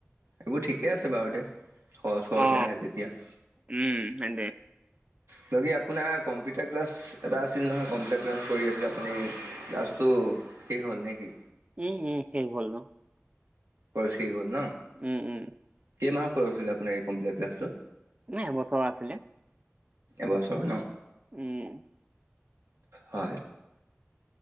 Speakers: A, on the right; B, on the right.
A: এইবোৰ ঠিকেই আছে বাৰু দে সহজ সহজে
B: অ
A: আহে যেতিয়া।
B: উম তেন্তে,
A: বাকী আপোনাৰ কম্পিউটাৰ ক্লাছ- এটা আছিল নহয় কম্পিউটাৰ ক্লাছ কৰি আছিলে আপুনি ক্লাছটো শেষ হ'ল নে কি?
B: উ'ম উ'ম শেষ হল ন।
A: ক্ৰচ শেষ হল ন?
B: উম উম।
A: কেই মাহত কৰি উঠিলে আপুনি এই কম্পিউটাৰ ক্লাছটো?
B: নাই এবছৰৰ আছিলে।
A: এবছৰ ন।
B: উম।
A: হয়।